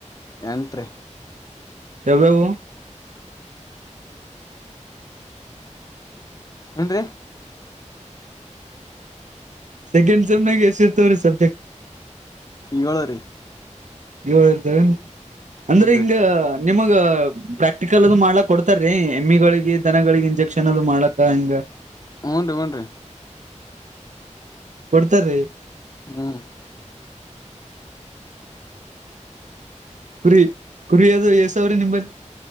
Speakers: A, on the left (about 30°); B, on the right (about 75°).
A: ಎಂಟ್ರಿ
B: ಯಾವ್ವ್ ಯಾವ್
A: ಏನ್ರಿ
B: ಸೆಕೆಂಡ್ ಸೆಮ್ನಾಗ ಎಷ್ಟ ಇರ್ತವ್ರೀ ಸರ್ ಚ
A: ಈಗಳರೆ
B: ಏಳು ಇದ್ದವನ್ರೀ
A: ಹೂನ್ರಿ
B: ಅಂದ್ರೆ ಹಿಂಗ ನಿಮಗ ಪ್ರಾಕ್ಟಿಕಲ್ ಅದು ಮಾಡ್ಲಾಕ್ ಕೊಡ್ತಾರ್ರೀ ಎಮ್ಮಿಗಳಿಗೆ ದನಗಳಿಗೆ ಇಂಜೆಕ್ಷನ್ ಏನಾರ್ ಮಾಡಕ ಹಂಗ
A: ಹೂಂ ನ್ರಿ ಹುನ್ರಿ
B: ಕೊಡ್ತಾರೀ
A: ಹ್ಮ್
B: ಕುರಿ ಕುರಿಿಯದು ಯಸಾವರ ನಿಂಬಲ್